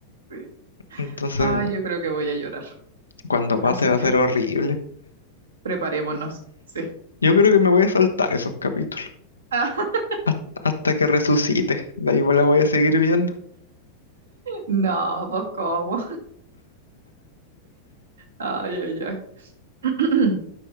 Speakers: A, on the right (about 65°); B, on the left (about 75°).
A: sí.
B: Entonces,
A: Ay, yo creo que voy a llorar.
B: cuando pase
A: Así
B: va
A: que
B: a ser horrible.
A: preparémonos. Sí.
B: Yo creo que me voy a saltar esos capítulos
A: <laughs>
B: has- hasta, que resucite. De ahí pues la voy a seguir viendo.
A: No, pues cómo. Ay, ay, ay. <clears throat>